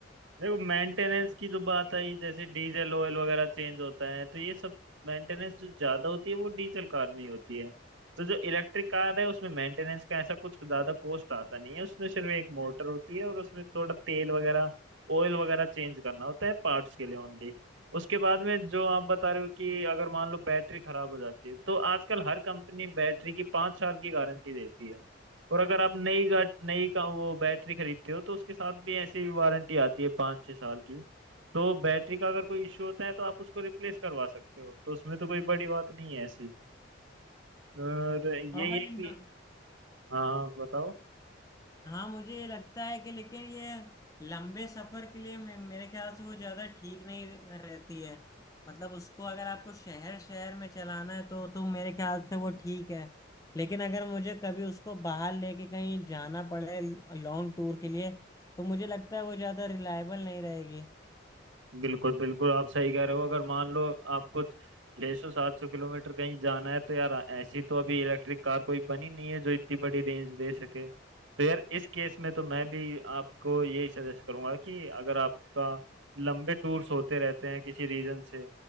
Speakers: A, on the right; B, on the left.
A: देखो मेंटेनेंस की जो बात आई जैसे डीजल ऑयल वगैरह चेंज होता है तो ये सब मेंटेनेंस जो ज्यादा होती है वो डीजल कार में ही होती है तो जो इलेक्ट्रिक कार है उसमें मेंटेनेंस का ऐसा कुछ ज्यादा कॉस्ट आता नहीं है उसमें सिर्फ एक मोटर होती है और उसमें थोड़ा तेल वगैरह ऑयल वगैरह चेंज करना होता है पार्ट्स के लिए ओनली उसके बाद में जो आप बता रहे हो कि अगर मान लो बैटरी खराब हो जाती है तो आजकल हर कंपनी बैटरी की पाँच साल की गारंटी देती है और अगर आप नई गा नई का वो बैटरी खरीदते हो तो उसके साथ भी ऐसी वारंटी आती है पाँच छः साल की तो बैटरी का अगर कोई इश्यू होता है तो आप उसको रिप्लेस करवा सकते हो तो उसमें तो कोई बड़ी बात नहीं है ऐसी और यही
B: और भाई
A: है कि
B: म-
A: हाँ बताओ
B: हाँ मुझे ये लगता है कि लेकिन ये लंबे सफर के लिए मे- मेरे ख्याल से वो ज्यादा ठीक नहीं रह- रहती है मतलब उसको अगर आपको शहर शहर में चलाना है तो तो मेरे ख्याल से वो ठीक है लेकिन अगर मुझे कभी उसको बाहर लेके कहीं जाना पड़े लॉन्ग टूर के लिए तो मुझे लगता है वो ज्यादा रिलायबल नहीं रहेगी
A: बिल्कुल बिल्कुल आप सही कह रहे हो अगर मान लो आपको छह सौ सात सौ किलोमीटर कहीं जाना है तो यार ऐसी तो अभी इलेक्ट्रिक कार कोई बनी नहीं है जो इतनी बड़ी रेंज दे सके तो यार इस केस में तो मैं भी आपको यही सजेस्ट करूंगा कि अगर आपका लंबे टूर्स होते रहते हैं किसी रीजन से